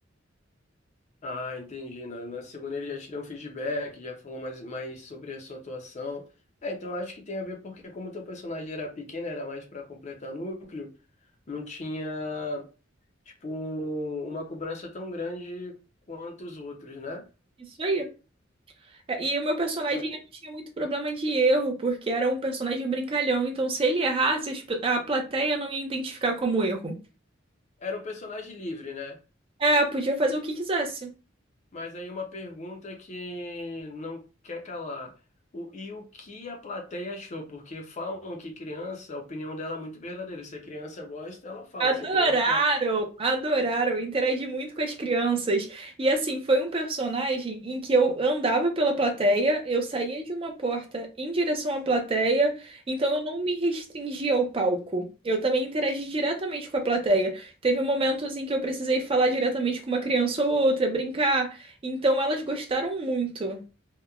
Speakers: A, on the left; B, on the right.
A: Ah, entendi. Na, na segunda ele já te deu um feedback, já falou mais, mais sobre a sua atuação. É, então acho que tem a ver porque como teu personagem era pequeno, era mais para completar núcleo, não tinha. tipo, um- uma cobrança tão grande quanto os outros, né?
B: Isso aí. É, E o meu personagem
A: Mas-
B: ele não tinha muito problema de erro, porque era um personagem brincalhão, então se ele errasse, as pe- a plateia não ia identificar como erro.
A: Era um personagem livre, né?
B: É, podia fazer o que quisesse.
A: Mas aí uma pergunta que não quer calar. O, e o que a plateia achou? Porque falam que criança, a opinião dela é muito verdadeira. Se a criança gosta, ela fala.
B: Adoraram,
A: Se a criança
B: adoraram, interagi muito com as crianças. E assim, foi um personagem em que eu andava pela plateia, eu saía de uma porta em direção à plateia, então eu não me restringia ao palco. Eu também interagi diretamente com a plateia. Teve momentos em que eu precisei falar diretamente com uma criança ou outra, brincar, então elas gostaram muito.